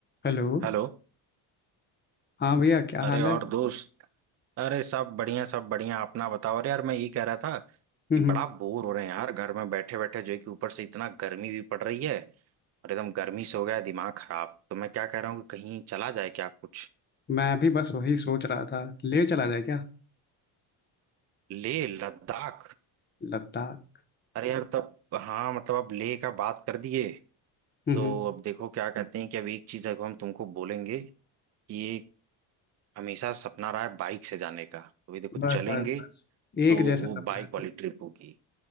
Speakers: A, on the left; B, on the right.
A: हेलो
B: हेलो
A: हाँ भैया क्या
B: अरे
A: हाल
B: और
A: है
B: दोस्त अरे सब बढ़िया सब बढ़िया अपना बताओ अरे यार मैं ये कह रहा था कि
A: हम्म
B: बड़ा
A: हम्म,
B: बोर हो रहे हैं यार घर में बैठे बैठे जो है कि ऊपर से इतना गर्मी भी पड़ रही है और एकदम गर्मी से हो गया है दिमाग खराब तो मैं क्या कह रहा हूँ कि कहीं चला जाए क्या कुछ
A: मैं भी बस वही सोच रहा था ले चला जाए क्या
B: ले लद्दाख
A: लद्दाख
B: अरे यार तब हाँ मतलब अब ले का बात कर दिए
A: हम्म
B: तो
A: हम्म,
B: अब देखो क्या कहते हैं कि अब एक चीज अगर हम तुमको बोलेंगे कि ये हमेशा सपना रहा है बाइक से जाने का तो ये देखो
A: बस
B: चलेंगे
A: बस बस एक
B: तो
A: जैसा
B: वो
A: सपना
B: बाइक
A: है फिर
B: वाली ट्रिप होगी